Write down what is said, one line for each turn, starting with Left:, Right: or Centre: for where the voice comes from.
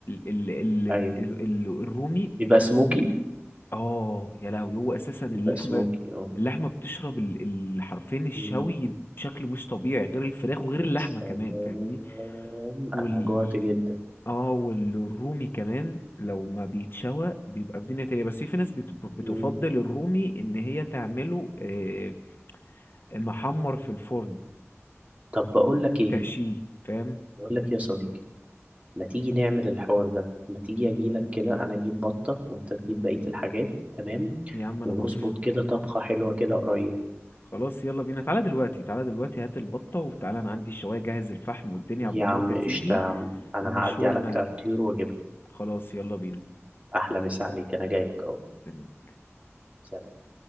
Left: ال ال
Right: ايوه
Left: ال ال الرومي ديك
Right: بيبقى سموكي
Left: الرومي اه يا لهوي هو اساسا اللحمه
Right: بيبقى سموكي اه
Left: اللحمه بتشرب ال- ال- حرفيا الشوي
Right: مم.
Left: بشكل مش طبيعي غير الفراخ وغير
Right: يا
Left: اللحمه
Right: سلام
Left: كمان فاهمني وال
Right: انا جوعت جدا
Left: اه والرومي كمان لو ما بيتشوى بيبقى في دنيا تانية بس في في ناس بت- بتفضل
Right: مم.
Left: الرومي ان هي تعمله آه، محمر في الفرن
Right: طب بقول لك ايه
Left: وتحشيه فاهم
Right: بقول لك يا صديقي ما تيجي نعمل الحوار ده ما تيجي اجيلك كده انا اجيب بطة وانت تجيب بقية الحاجات تمام
Left: يا عم
Right: ونظبط
Left: انا موافق
Right: كده طبخة حلوة كده قريب
Left: خلاص يلا بينا تعالى دلوقتي تعالى دلوقتي هات البطة وتعالى انا عندي الشواية جهز الفحم والدنيا
Right: يا
Left: عقبال
Right: عم
Left: ما انت تيجي
Right: قشطة يا عم انا
Left: ونشولنا
Right: هعدي على بتاع الطيور واجيبها
Left: خلاص يلا بينا
Right: احلى مسا عليك انا جايلك اهو
Left: مستنيك.
Right: سلام